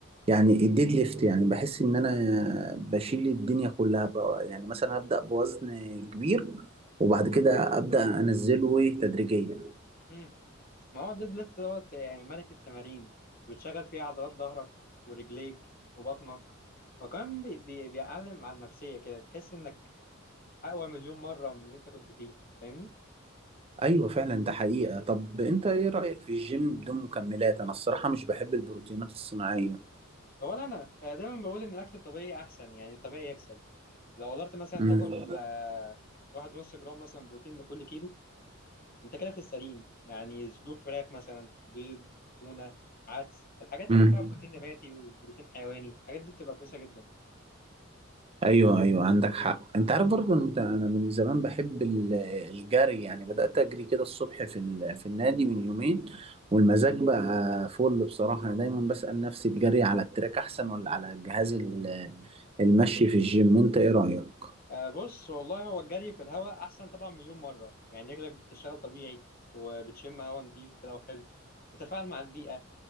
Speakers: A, on the right; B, on the left.
A: يعني الديد ليفت يعني بحس إن أنا بشيل الدنيا كلها بقى يعني مثلا أبدأ بوزن كبير وبعد كده أبدأ أنزله إيه تدريجيا
B: امم ما هو الديد ليفت دوت يعني ملك التمارين بتشغل فيها عضلات ظهرك ورجليك وبطنك وكمان بي- بي- بيعلم على النفسيه كده تحس انك اقوى مليون مره من اللي انت كنت فيه فاهمني
A: أيوة فعلا ده حقيقة طب أنت إيه رأيك في الجيم بدون مكملات أنا الصراحة مش بحب البروتينات الصناعية
B: اولا انا أنا دايما بقول ان الاكل الطبيعي احسن يعني الطبيعي يكسب لو قدرت مثلا
A: مم.
B: تاكل آه، واحد ونص جرام مثلا بروتين لكل كيلو انت كده في السليم يعني صدور فراخ مثلا بيض تونه عدس الحاجات
A: مم.
B: اللي فيها بروتين نباتي وبروتين حيواني الحاجات دي بتبقى كويسه جدا
A: ايوه ايوه عندك حق انت عارف برضو انت انا من زمان بحب ال- الجري يعني بدأت اجري كده الصبح في ال- في النادي من يومين والمزاج بقى فل بصراحة انا دايما بسأل نفسي الجري على التراك احسن ولا على جهاز ال- المشي في الجيم انت ايه رأيك
B: آه، بص والله هو الجري في الهواء احسن طبعا مليون مره يعني رجلك بتشتغل طبيعي وبتشم هواء نضيف كده وحلو تتفاعل مع البيئه